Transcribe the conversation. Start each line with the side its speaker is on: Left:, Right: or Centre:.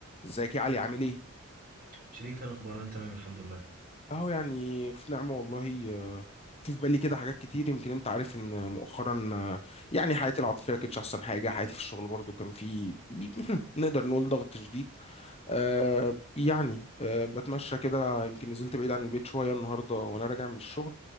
Left: ازيك يا علي عامل ايه؟
Right: شريف انا اخبار انا تمام الحمد لله
Left: اهو يعني في نعمة والله آه، في في بالي كده حاجات كتير يمكن انت عارف ان مؤخرا آه، يعني حياتي العاطفية كانتش احسن حاجة حياتي في الشغل برضو كان في <laughs> نقدر نقول ضغط شديد آه يعني آه بتمشى كده يمكن نزلت بعيد عن البيت شوية النهاردة وانا راجع من الشغل